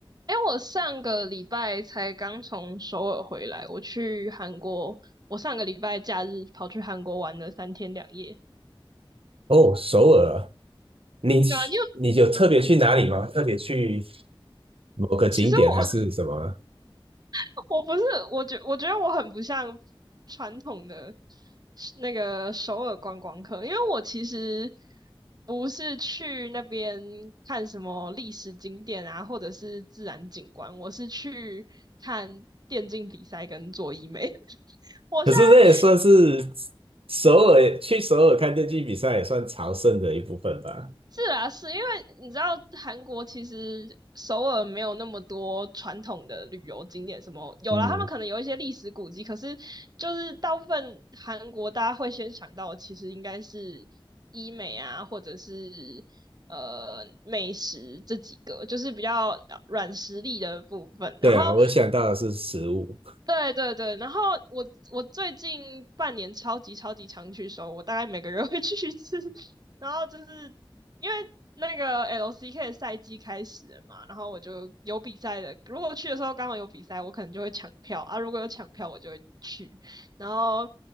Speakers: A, on the right; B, on the right.
A: 哎，我上个礼拜才刚从首尔回来，我去韩国，我上个礼拜假日跑去韩国玩了三天两夜。
B: 哦，首尔啊，你去你有特别去哪里吗？
A: 对啊，因为
B: 特别去某个景点还是什么啊？
A: 其实我 <laughs> 我不是，我觉我觉得我很不像传统的那个首尔观光客，因为我其实不是去那边看什么历史景点啊，或者是自然景观，我是去看电竞比赛跟做医美。<laughs> 我现在。
B: 可是那也算是首尔，去首尔看电竞比赛也算朝圣的一部分吧。
A: 是啊，是因为你知道韩国其实首尔没有那么多传统的旅游景点，什么有啦，
B: 嗯，
A: 他们可能有一些历史古迹，可是就是大部分韩国大家会先想到的，其实应该是医美啊，或者是呃美食这几个，就是比较软实力的部分。
B: 对啊，
A: 然后
B: 我想到的是食物。
A: 对对对，然后我我最近半年超级超级常去收，我大概每个月会去一次。<laughs> 然后就是因为那个 LCK 的赛季开始了嘛，然后我就有比赛的，如果去的时候刚好有比赛，我可能就会抢票啊，如果有抢票我就会去，然后